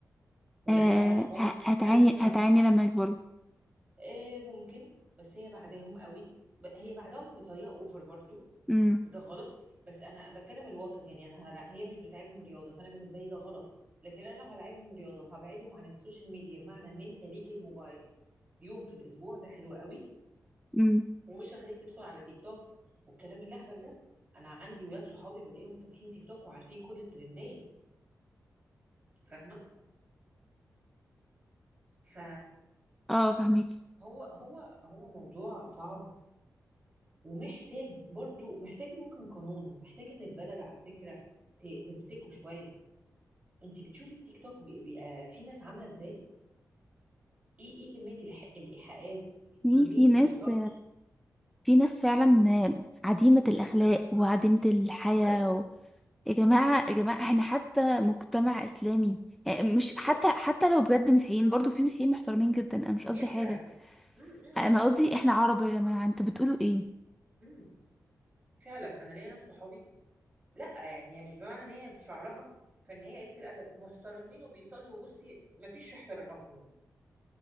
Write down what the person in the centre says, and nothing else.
آه
ه- هتعاني
هتعاني لما يكبروا
امم
امم
اه فهماكي
في
في ناس
في ناس فعلا عديمة الأخلاق وعديمة الحياة
و... يا جماعة
يا جماعة احنا حتى مجتمع إسلامي آه، مش
حتى حتى لو بجد مسيحيين برضو في مسيحيين محترمين جدا انا مش
قصدي حاجة
انا قصدي احنا عرب يا جماعة انتوا بتقولوا ايه